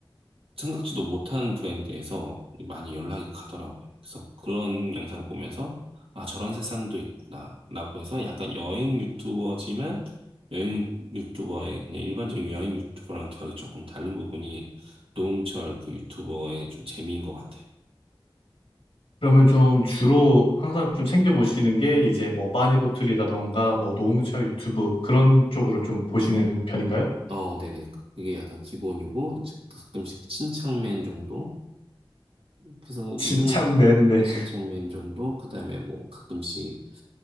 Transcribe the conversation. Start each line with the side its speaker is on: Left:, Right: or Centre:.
Right: 생각지도 못한 브랜드에서 많이 연락이 가더라고요. 그래서 그런 영상 을 보면서 아, 저런 세상도 있구나. 라고 해서 약간 여행 유튜버지만 여행 유튜버의 그냥 일반적인 여행 유튜버랑 결이 조금 다른 부분이 노홍철 그 유튜버의 좀 재미인 것 같아요.
Left: 그러면 좀 주로 항상 좀 챙겨보시는 게, 이제 뭐, 빠니보틀이라던가, 뭐, 노홍철 유튜브, 그런 쪽으로 좀 보시는 편인가요?
Right: 어, 네네. 그게 약간 기본이고, 이제 가끔씩 침착맨 정도? 그래서
Left: 침착맨네.
Right: 이 정도 신청면
Left: <laughs>
Right: 정도 그다음에 뭐 가끔씩